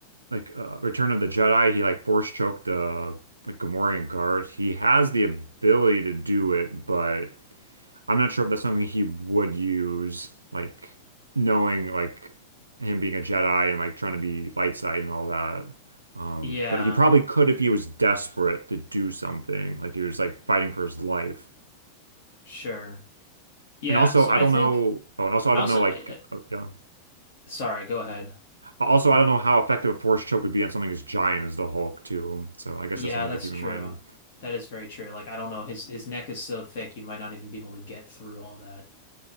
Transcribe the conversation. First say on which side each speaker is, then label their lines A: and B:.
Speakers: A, on the right; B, on the left.
A: like uh, Return of the Jedi. He like force choked the like Gamorrean guard. He has the ability to do it, but I'm not sure if that's something he would use, like knowing like him being a Jedi and like trying to be light side and all that. Um,
B: Yeah,
A: but he probably could if he was desperate to do something, like he was like fighting for his life.
B: sure. Yeah.
A: And also,
B: So
A: I
B: I
A: don't
B: think
A: know. Oh, and also, I
B: also.
A: don't know. Like,
B: I, I-
A: oh, yeah.
B: sorry. Go ahead.
A: Also, I don't know how effective a force choke would be on something as giant as the Hulk, too. So I guess
B: Yeah,
A: that's something
B: that's
A: to keep
B: true.
A: in mind.
B: That is very true. Like I don't know. His his neck is so thick, you might not even be able to get through all that.